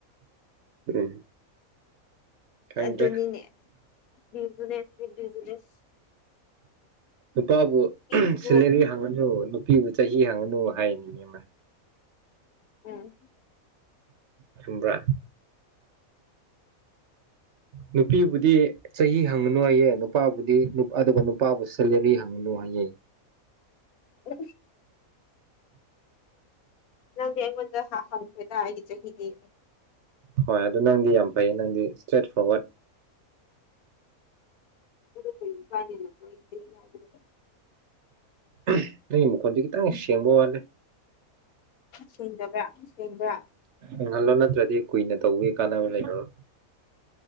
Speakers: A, on the right; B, on the left.
A: ꯎꯝ ꯈꯪꯗ꯭ꯔꯦ
B: ꯑꯗꯨꯅꯤꯅꯦ ꯕꯤꯖꯤꯅꯦꯁꯅꯦ ꯕꯤꯖꯤꯅꯦꯁ
A: ꯅꯨꯄꯥꯕꯨ
B: ꯅꯨꯄꯤꯁꯤꯡꯁꯨ
A: ꯁꯦꯂꯔꯤ ꯍꯡꯉꯅꯨ ꯅꯨꯄꯤꯕꯨ ꯆꯍꯤ ꯍꯡꯉꯅꯨ ꯍꯥꯏꯅꯤꯅꯦ ꯑꯃꯅ
B: ꯎꯝ
A: ꯆꯨꯝꯕ꯭ꯔꯥ ꯅꯨꯄꯤꯕꯨꯗꯤ ꯆꯍꯤ ꯍꯪꯉꯅꯨꯌꯦ ꯅꯨꯄꯥꯕꯨꯗꯤ ꯅꯨꯞ ꯑꯗꯨꯒ ꯅꯨꯄꯥꯕꯨ ꯁꯦꯂꯔꯤ ꯍꯪꯉꯅꯨ ꯍꯥꯏꯌꯦ
B: ꯎ ꯍ ꯅꯪꯗꯤ ꯑꯩꯉꯣꯟꯗ ꯍꯥ ꯍꯪꯈ꯭ꯔꯦꯗ ꯑꯩꯒꯤ ꯆꯍꯤꯗꯤ
A: ꯍꯣꯏ ꯑꯗꯨ ꯅꯪꯗꯤ ꯌꯥꯝ ꯐꯩꯌꯦ ꯅꯪꯗꯤ ꯏꯁꯇ꯭ꯔꯦꯠ ꯐꯣꯔꯋꯥꯔꯗ
B: ꯂꯧꯁꯤꯟꯕ ꯉꯝꯗꯕ
A: ꯎꯝ ꯅꯪꯒꯤ ꯃꯈꯣꯟꯗꯤ ꯈꯤꯇꯪ ꯁꯦꯡꯕ ꯋꯥꯠꯂꯦ
B: ꯁꯦꯡꯗꯕ꯭ꯔꯥ ꯁꯦꯡꯕ꯭ꯔꯥ
A: ꯎꯡꯍꯜꯂꯣ ꯅꯠꯇ꯭ꯔꯗꯤ ꯀꯨꯏꯅ ꯇꯧꯕꯒꯤ ꯀꯥꯟꯅꯕ ꯂꯩꯔꯔꯣꯏ